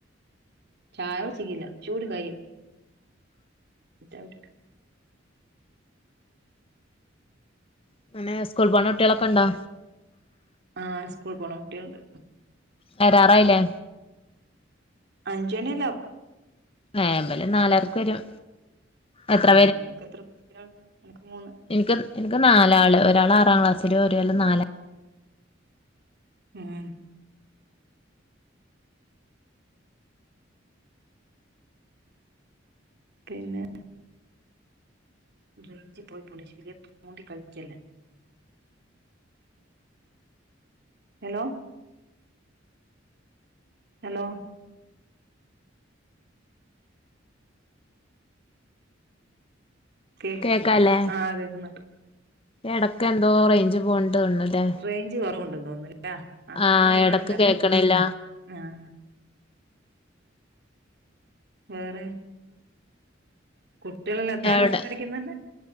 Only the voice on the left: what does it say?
<unintelligible> സ്കൂൾ പോണ കുട്ടികളൊക്കെ ഉണ്ടോ?
വരാറായില്ലേ?
യെ മ്പലം നാലാർക്ക് വരും. എത്ര
ഇൻക്ക് ഇൻക്ക് നാലാള് ഒരാള് ആറാം ക്ലാസ്സില് ഒരാള് നാലാ
കേക്കാല്ലേ?
എടക്കെന്തോ റേഞ്ച് പോണ്ട് ണുല്ലേ
ആഹ്
എടക്ക് കേക്കണില്ല
എവിടെ